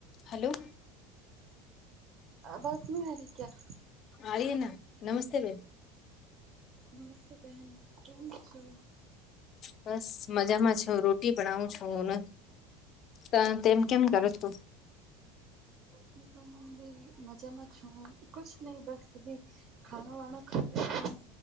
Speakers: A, on the left; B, on the right.
A: Hello
B: બસની હરી ક્યા
A: આઈના નમસ્તે બેન.
B: નમસ્તે બેહેન કેમ છો?
A: બસ મજામાં છુ રોટી બણાવું છું ને ત તેમ કેમ કરો છો?
B: હું પણ ભી મજામાં છું કુછ નહી બસ અભી ખાણો વાણો ખાઈ